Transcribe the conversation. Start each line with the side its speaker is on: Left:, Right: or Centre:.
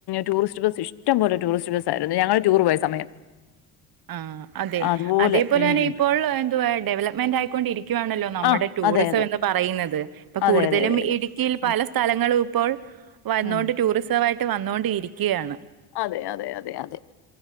Left: ടൂറിസ്റ്റ് ബസ് ഇഷ്ടം പോലെ ടൂറിസ്റ്റ് ബസ് ആയിരുന്നു ഞങ്ങൾ ടൂർ പോയ സമയം. <inaudible>
Right: ആഹ് അതെ.
Left: അതുപോലെ
Right: അതേപോലെ
Left: ഉം.
Right: തന്നെ ഇപ്പോൾ എന്തുവാ ഡെവലപ്മെന്റ് ആയിക്കൊണ്ടിരിക്കുകയാണല്ലോ നമ്മുടെ
Left: ആ
Right: ടൂറിസം
Left: അതെ, അതെ.
Right: എന്ന് പറയുന്നത്. ഇപ്പൊ
Left: അതെ,
Right: കൂടുതലും
Left: അതെ, അതെ, അതെ.
Right: ഇടുക്കിയിൽ
Left: ഉം,
Right: പല സ്ഥലങ്ങളും ഇപ്പോൾ വന്നൊണ്ട്
Left: ഉം.
Right: ടൂറിസമായിട്ട് വന്നോണ്ട് ഇരിക്കുകയാണ്.
Left: അതെ അതെ അതെ അതെ.